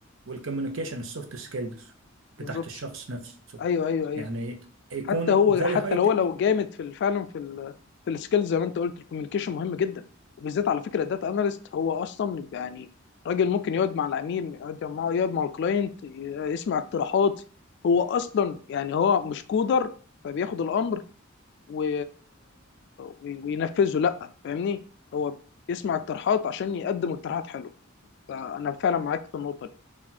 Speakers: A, on the right; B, on the left.
A: والكوميونيكيشن السوفت سكيلز
B: بالظبط
A: بتاعت الشخص نفسه
B: ايوه ايوه ايوه
A: يعني يكون
B: حتى هو
A: very
B: حتى
A: high
B: لو هو
A: technical
B: لو جامد في ال- فعلا في ال في السكيلز زي ما انت قلت الكوميونيكيشن مهم جدا وبالذات على فكره الداتا اناليست هو اصلا يعني راجل ممكن يقعد مع العميل يقعد معاه يقعد مع الكلاينت ي- يسمع اقتراحات هو اصلا يعني هو مش كودر فبياخد الامر و... وي- وينفذه لا فاهمني هو بيسمع اقتراحات عشان يقدم اقتراحات حلوه فانا فعلا معاك في النقطه دي